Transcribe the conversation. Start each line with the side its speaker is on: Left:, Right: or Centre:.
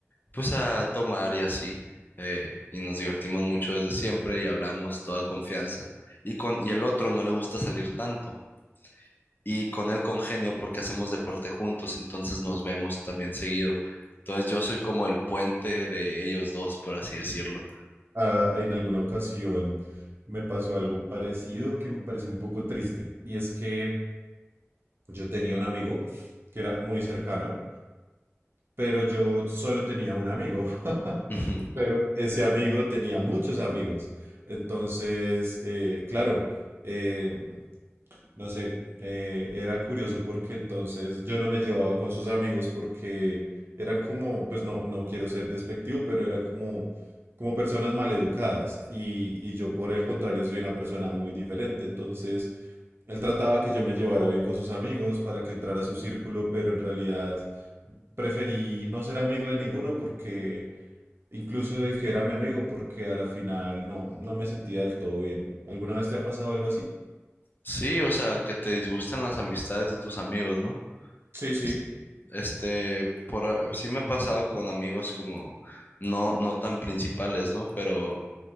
Left: pues a tomar y así. eh, y nos divertimos mucho desde siempre y hablamos toda confianza. Y con, y el otro no le gusta salir tanto. y con él congenio porque hacemos deporte juntos, entonces nos vemos también seguido. Entonces yo soy como el puente de ellos dos, por así decirlo.
Right: Ah, en alguna ocasión me pasó algo parecido que me pareció un poco triste. Y es que yo tenía un amigo que era muy cercano, pero yo solo tenía un amigo. <laughs>
Left: Ujú.
Right: Pero ese amigo tenía muchos amigos. Entonces, eh, claro, em, No sé, eh, era curioso porque entonces yo no me llevaba con sus amigos porque eran como, pues no, no quiero ser despectivo, pero eran como, como personas maleducadas y, y yo por el contrario soy una persona muy diferente. Entonces él trataba que yo me llevara bien con sus amigos para que entrara a su círculo, pero en realidad preferí no ser amigo de ninguno porque, incluso del que era mi amigo, porque a la final no, no me sentía del todo bien. ¿Alguna vez te ha pasado algo así?
Left: Sí, o sea, que te disgustan las amistades de tus amigos, ¿no?
Right: Sí, sí,
Left: Es- Este, por, a- sí me ha pasado con amigos como no, no tan principales, ¿no? Pero